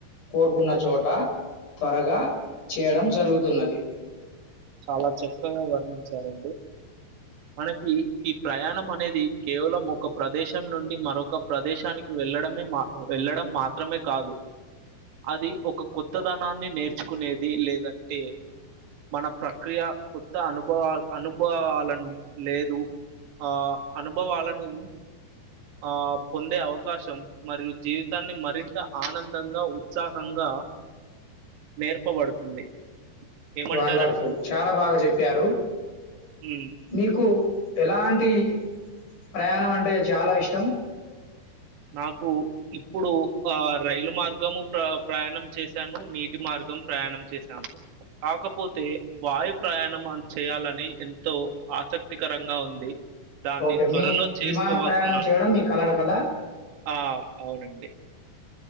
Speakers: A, on the left; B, on the right.
A: కోరుకున్న చోట త్వరగా చేయడం జరుగుతున్నది.
B: చాలా చక్కగా వర్ణించారండి మనకి ఈ ప్రయాణం అనేది కేవలం ఒక ప్రదేశం నుండి మరొక ప్రదేశానికి వెళ్ ఎళ్లడమే మాకు ఎళ్ళడం మాత్రమే కాదు అది ఒక కొత్తదనాన్ని నేర్చుకునేది లేదంటే మన ప్రక్రియ కొత్త అనుభవల్ అనుభవాలను లేదు ఆ అనుభవాలను ఆ పొందే అవకాశం మరియు జీవితాన్ని మరింత ఆనందంగా ఉత్సాహంగా ఆ నేర్పబడుతుంది ఏమంటారండి
A: వండర్ఫుల్ చాలా బాగా చెప్పారు
B: ఉమ్,
A: మీకు ఎలాం టి ప్రయాణం అంటే చాలా ఇష్టం
B: నాకు ఇప్పుడు ఆ రైలు మార్గము ప్ర ప్రయాణం చేశాను నీటి మార్ ప్రయాణం చేశా <inaudible> కాకపోతే వాయు ప్రయాణం చేయాలని ఎంతో ఆసక్తికరంగా ఉంది. దాన్ని
A: ఓకే.
B: త్వరలో
A: మీ
B: చేసుకోబోతున్నం
A: విమాన ప్రయాణం చేయడం మీ కలలు కదా!
B: ఆ అవునండి